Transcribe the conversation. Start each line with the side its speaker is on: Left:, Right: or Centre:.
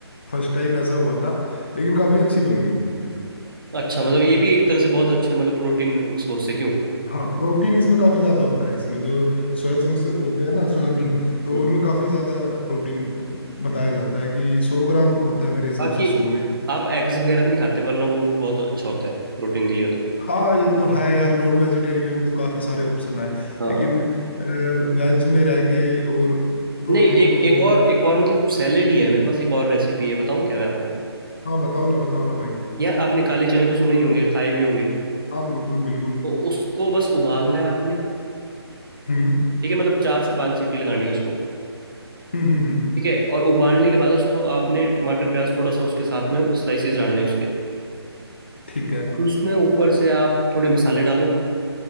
Left: फर्स्ट टाइम ऐसा हुआ था लेकिन काफी अच्छी बन गई थी उस दिन
Right: अच्छा मतलब ये भी एक तरह से बहुत अच्छे मतलब प्रोटीन सोर्स है क्यों
Left: हाँ प्रोटीन इसमें काफी ज्यादा होता है इसमें जो सोया चंक्स होते हैं ना सोयाबीन तो
Right: हम्म
Left: उनमें काफी ज्यादा प्रोटीन बताया जाता है कि सौ ग्राम होता है मेरे हिसाब
Right: बाकी
Left: से सौ में
Right: आप एग्स वगैरह भी नहीं खाते वरना वो भी बहुत अच्छा होता है प्रोटीन के लिए तो
Left: हाँ ये तो है यार नॉन वेजिटेरियन में तो काफी सारे ऑप्शन है
Right: हाँ
Left: लेकिन वेज में रह के और प्रोटीन
Right: नहीं एक
Left: को
Right: एक और एक और मतलब सैलेड ही है मेरे पास एक और रेसिपी है बताऊं क्या मैं आपको
Left: हाँ बताओ ना बताओ ना भाई
Right: यार आपने काले चने तो सुने ही होंगे खाए भी होंगे
Left: हाँ बिल्कुल बिल्कुल
Right: तो उसको बस उबालना है आपने
Left: हम्म
Right: ठीक है मतलब चार से पांच सीटी लगानी है उसको
Left: हम्म हम्म हम्म,
Right: ठीक है और उबालने के बाद उसको आपने टमाटर प्याज थोड़ा सा उसके साथ में स्लाइसेस डालने हैं उसके
Left: ठीक है
Right: और उसमें ऊपर से आप थोड़े मसाले डालो